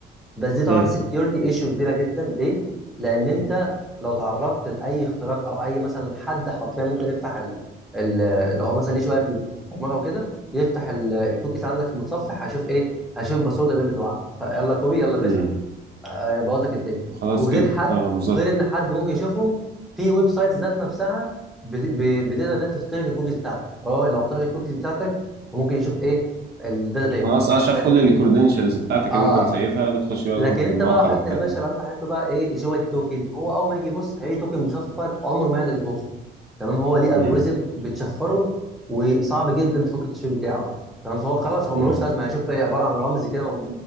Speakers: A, in the centre; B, on the right (about 55°).
A: بس دي طبعا
B: مم.
A: سكيورتي ايشيو كبيره جدا ليه؟ لان انت لو تعرضت لاي اختراق او اي مثلا حد حرفيا ممكن يفتح ال... ال... لو هو مثلا ليه شويه في البرمجه وكده يفتح ال... الكوكيز عندك في المتصفح هيشوف ايه؟ هيشوف الباسورد الايميل بتوعك فيلا كوبي يلا بيست
B: مم.
A: آه، بوظ لك الدنيا
B: خلاص
A: وغير
B: كده
A: حد
B: اه بالظبط
A: وغير ان حد ممكن يشوفهم في ويب سايتس ذات نفسها بت... ب... بتقدر انها تخترق الكوكيز بتاعتك فهو لو اخترق الكوكيز بتاعتك فممكن يشوف ايه الداتا
B: خلاص
A: ديت
B: اه شاف
A: لك-
B: كل الكredentials بتاعتك
A: اه
B: اللي انت مسيفها بتخش بقى
A: لكن
B: المواقع
A: انت بقى لو حطيت
B: والكلام
A: له يا باشا
B: ده
A: لو انت حطيت له بقى ايه جي واي تي توكن هو اول ما يجي يبص هيلاقي توكن مشفر عمره ما يقدر يفكه تمام هو ليه
B: مم.
A: الجوريزم بتشفره وصعب جدا تفك التشفير بتاعه تمام فهو خلاص هو
B: مم.
A: ملوش لازمه هيشوف ايه عباره عن رمز كده